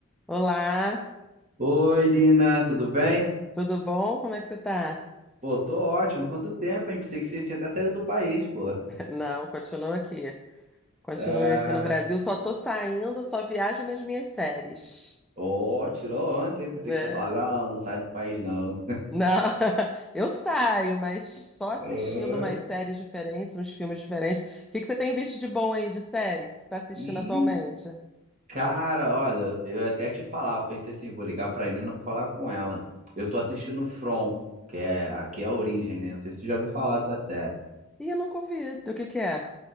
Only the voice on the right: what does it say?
Oi, Lina, tudo bem?
Pô, tô ótimo. Quanto tempo, hein? Pensei que você tinha até saído do país, pô.
Ah,
ó, tirou ontem. Pensei
que tá falando, não, não sai do país, não.
Ah,
E,
cara, olha, eu até te falava, pensei assim, vou ligar pra Nina, vou falar com ela. Eu tô assistindo From, que é aqui é a origem, né? Não sei se tu já ouviu falar dessa série.